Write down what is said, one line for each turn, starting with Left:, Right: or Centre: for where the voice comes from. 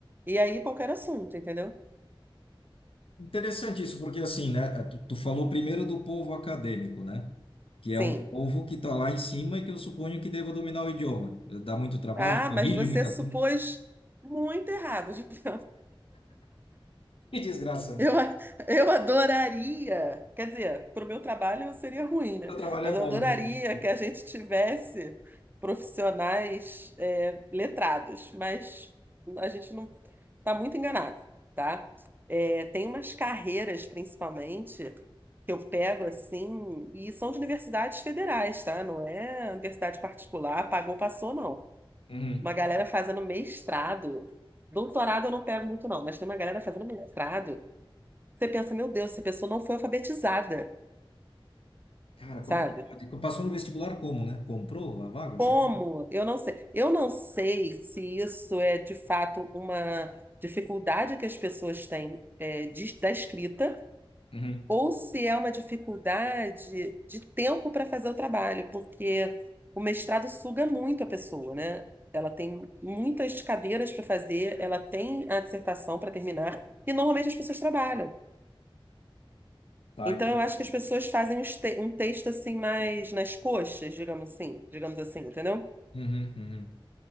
Right: E aí qualquer assunto, entendeu?
Left: Interessante isso, porque assim, né? é, Tu, tu falou primeiro do povo acadêmico, né? Que
Right: Sim.
Left: é um povo que está lá em cima e que eu suponho que deva dominar o idioma. Dá muito trabalho,
Right: Ah,
Left: corrige
Right: mas você
Left: muita
Right: supôs
Left: coisa. <laughs>
Right: muito errado. <laughs>
Left: Que desgraça,
Right: Eu,
Left: né?
Right: a- eu adoraria, quer dizer, para o meu trabalho seria ruim, né?
Left: O trabalho
Right: Mas
Left: é bom,
Right: eu adoraria
Left: né? que-
Right: que a gente tivesse profissionais é, letrados, mas a gente não Tá muito enganado, tá? É, tem umas carreiras, principalmente, que eu pego assim, e são de universidades federais, tá? Não é universidade particular, pagou, passou, não.
Left: Uhum.
Right: Uma galera fazendo mestrado. Doutorado eu não pego muito, não, mas tem uma galera fazendo mestrado. Você pensa, meu Deus, essa pessoa não foi alfabetizada,
Left: Cara,
Right: sabe?
Left: como é que pode? Passou no vestibular como, né? Comprou a vaga?
Right: Como?
Left: Será?
Right: Eu não sei. Eu não sei se isso é de fato uma dificuldade que as pessoas têm é, de- da escrita
Left: Uhum.
Right: ou se é uma dificuldade de tempo para fazer o trabalho, porque o mestrado suga muito a pessoa, né? Ela tem muitas cadeiras para fazer, ela tem a dissertação para terminar, e normalmente as pessoas trabalham.
Left: Tá,
Right: Então,
Left: entendi.
Right: eu acho que as pessoas fazem uns te- um texto assim, mais nas coxas, digamos assim, digamos assim, entendeu?
Left: Uhum, uhum.